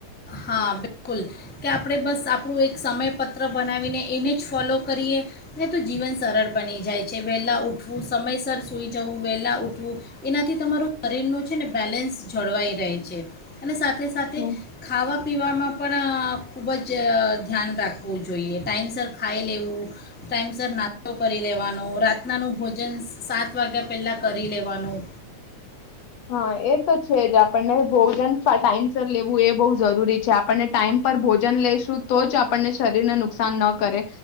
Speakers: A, in the centre; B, on the left (about 65°).
A: હા બિલકુલ કે આપણે બસ આપણું એક સમયપત્ર બનાવીને એને જ ફોલો કરીએ નાને તો જીવન સરળ બની જાય છે વહેલાં ઉઠવું સમયસર સુઈ જવું વહેલા ઉઠવું એનાથી તમારું શરીરનું છે ને બેલેન્સ જળવાઈ રહે છે અને સાથે સાથે
B: હમ
A: સાથે ખાવા પીવામાં પણ ખૂબ જ ધ્યાન રાખવું જોઈએ ટાઇમ સર ખાઈ લેવું ટાઈમસ નાસ્તો કરી લેવાનો રાતનાનું ભોજન સાત વાગ્યા પહેલાં કરી લેવાનું
B: હા એ તો છે જ આપણને ભોજન ટાઇમ સર લેવું એ બહુ જરૂરી છે આપણને ટાઈમ પર ભોજન લઈશું તો જ આપણને શરીરને નુકસાન ન કરે